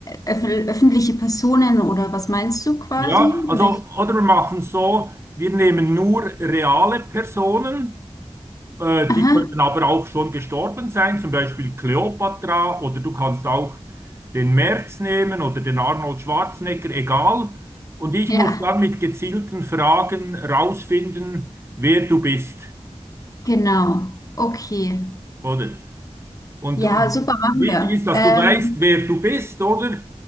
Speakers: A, on the left; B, on the right.
A: öff öffentliche Personen oder was meinst du quasi?
B: Ja, also,
A: Welch-
B: oder wir machen es so, wir nehmen nur reale Personen Äh,
A: Aha.
B: die können aber auch schon gestorben sein, zum Beispiel Kleopatra oder du kannst auch den Merz nehmen oder den Arnold Schwarzenegger, egal. Und ich
A: Ja,
B: muss dann mit gezielten Fragen rausfinden, wer du bist,
A: genau. Okay.
B: oder? Und,
A: Ja,
B: und
A: super, machen
B: wichtig
A: wir.
B: ist, dass
A: Ähm,
B: du weißt, wer du bist, oder?